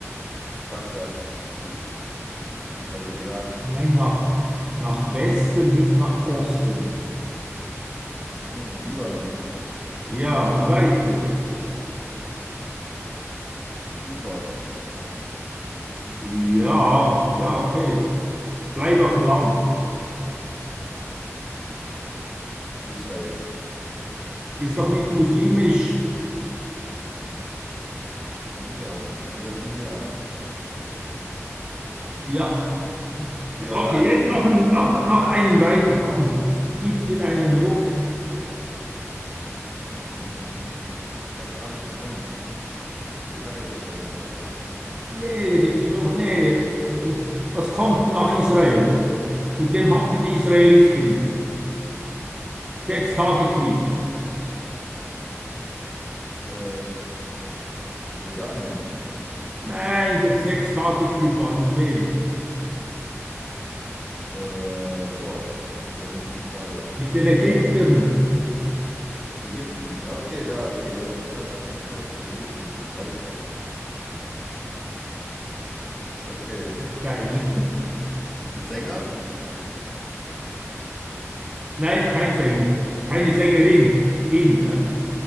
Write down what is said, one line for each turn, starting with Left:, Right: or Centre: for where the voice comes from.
Centre: Bagdad? I also Irak?
Right: Nein, nach, nach Westen, nicht nach Osten.
Centre: Ach So, Libanon?
Right: Ja, und weiter.
Centre: Zypern?
Right: Ja, ja, okay. Bleib auf dem Land.
Centre: Israel?
Right: Ist doch nicht muslimisch.
Centre: Ja, jetzt nicht mehr.
Right: Ja.
Centre: Jordanien?
Right: Okay, jetzt noch, ein, noch, noch einen weiter. Komm, gib dir einen Ruck.
Centre: Ja, Syrien. Arabisches Land. Türkei ist aber nicht arabisch.
Right: Nee, da gehst du wieder hoch. Nee, äh, was kommt nach Israel? Mit wem hatten die Israelis Krieg? Sechs Tage
Centre: Mit,
Right: Krieg.
Centre: äh, Jordanien.
Right: Nein, der Sechs Tage Krieg war mit wem?
Centre: Äh, boah, das ist eine gute Frage.
Right: Mit den Ägyptern.
Centre: Äh, Ägypten. Ja, okay, ja, okay. Das, ja, da, ja, okay, Ägypten. Alles klar. Okay.
Right: Geil.
Centre: Sängerin,
Right: Nein, kein Sänger. Keine Sängerin. In. Hä?